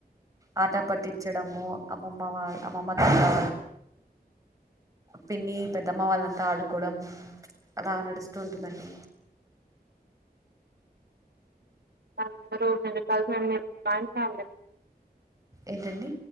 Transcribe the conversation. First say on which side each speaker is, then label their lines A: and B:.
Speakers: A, on the right; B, on the right.
A: ఆట పట్టించడము అమ్మమ్మ వాళ్ళు అమ్మమ్మ కా పిన్ని పెద్దమ్మ వాళ్ళంతా ఆడుకోవడం అలా నడుస్తూ ఉంటుందండి.
B: <unintelligible> ఫ్యాన్ సౌండ్
A: ఏంటండి.